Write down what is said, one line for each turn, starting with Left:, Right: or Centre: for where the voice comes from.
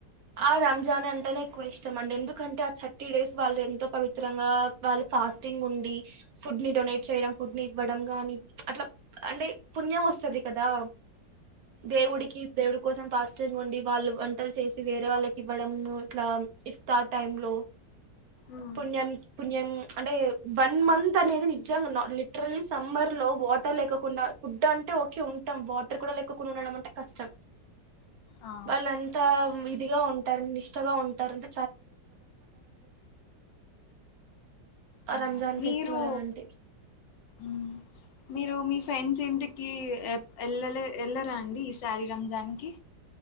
Right: ఆ రంజాన్ అంటేనే ఎక్కువ ఇష్టం అండి ఎందుకంటే ఆ థర్టీ డేస్ వాళ్ళు ఎంతో పవిత్రంగా వాళ్ళు ఫాస్టింగ్ ఉండి ఫుడ్ ని డొనేట్ చేయడం ఫుడ్ ని ఇవ్వడం నీ అట్లా అంటే పుణ్యం వ వంది కదా దేవుడికి దేవుడి కోసం పాస్టివ్ ఉండి వాళ్ళు వంటలు చే వేరే వాళ్ళకి ఇవ్వడం ఇట్లా ఇఫ్తార్ టైమ్ లో
Left: ఉమ్
Right: పుణ్యం పుణ్యం అంటే వన్ మంత్ అనేది నిజంగా లిటరలీ సమ్మర్ లో వాటర్ లేకుండా ఫుడ్ అంటే ఓకే ఉంటాం వాటర్ కూడా లక్కకుండా ఉండడం అంటే కష్టం
Left: ఆ
Right: వాల్ అంతా ఇదిగా ఉంటారు నిష్టగా ఉంటారంట
Left: ఆ
Right: రంజాన్
Left: మీరు
Right: ఫెస్టివల్ అలాంటే
Left: ఉమ్ మీరు మీ ఫ్రెండ్స్ ఇంటికి వెళ్ళ వెళ్లరా అండి ఈ శారీ రంజాన్ కి